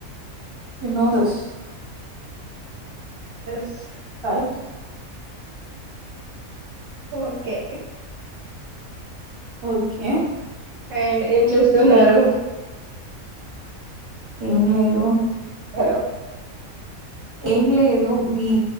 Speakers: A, on the right (about 25°); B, on the right (about 65°).
A: యూ నో దస్
B: స్
A: రయిట్
B: ఓకే
A: ఓకే
B: అండ్ ఎ చేస్తున్నారు
A: లే ఏం లేదు
B: హలో
A: ఏం లేదు మీ